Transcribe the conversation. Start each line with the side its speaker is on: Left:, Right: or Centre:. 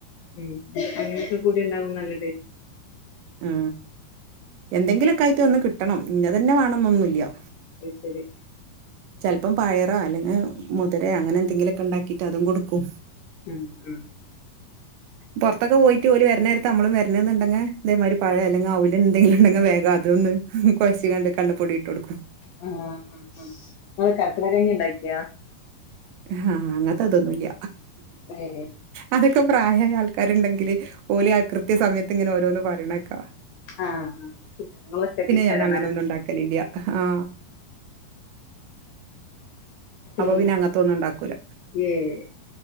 Left: ഉം അങ്ങനെ കുടി ണ്ടാകും നല്ലത്
Right: അ എന്തെങ്കിലുക്കെ ആയിട്ട് ഒന്ന് കിട്ടണം ഇന്ന തന്നെ വേണംന്നൊന്നുല്ല
Left: അത് ശരി
Right: ചെലപ്പം പയറോ അല്ലെങ്കി മുതിര അങ്ങനെ ന്തെങ്കിലുമൊക്കെ ഉണ്ടാക്കിട്ട് അതും കൊടുക്കും
Left: ഉം അ
Right: പൊറത്തൊക്കെ പോയിട്ട് ഒല് വരുന്നേരത്ത് നമ്മളുംവരണ എന്നുണ്ടെങ്കി തേമാതിരി പഴ അല്ലെങ്കി അവല് എന്തെല ഉണ്ടെങ്കിൽ വേഗം അതൊന്ന് കുഴച്ച് കാണ്ട് കണ്ണ്പ്പൊടി ഇട്ടൊടുക്കും
Left: ആ ങ്ങള് കർക്കടഞ്ഞിണ്ടാക്കിയാ
Right: ആഹ് അങ്ങനത്തെതൊന്നുംല്ല
Left: ഏ
Right: അതൊക്കെ പ്രായമായ ആൾക്കാരുണ്ടെങ്കില് ഓലെ ആ കൃത്യ സമയത്ത് ഇങ്ങനെ ഓരോന്ന് പറണേക്കാ
Left: ആ നിങ്ങൾ ഒറ്റയ്ക്ക് കേക്കാരല്ല
Right: ഞാൻ അങ്ങനെ ഒന്നും ആ അപ്പൊ
Left: ഉം
Right: പിന്നെ അങ്ങനത്തെ ഒന്നും ഉണ്ടാക്കൂല
Left: ഏഹ്